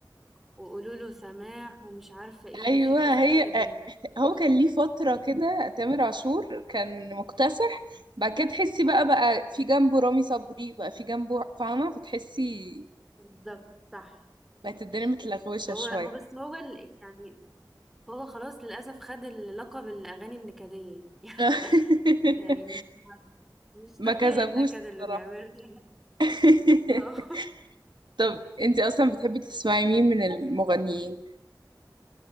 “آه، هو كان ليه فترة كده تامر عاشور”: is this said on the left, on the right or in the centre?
Right